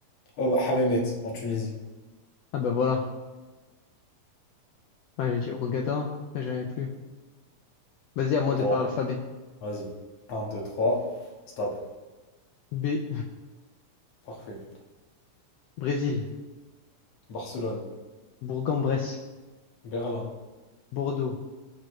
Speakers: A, on the left; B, on the left.
A: Oh, bah, Hammamet, en Tunisie.
B: Ah bah voilà. Ouais, j'ai dit Hurghada, après j'avais plus. Vas-y, à moi de
A: Bon,
B: faire l'alphabet.
A: vas-y. Un, 2, 3. Stop.
B: B,
A: Parfait.
B: Brésil,
A: Barcelone.
B: Bourg-en-Bresse,
A: Berlin.
B: Bordeaux,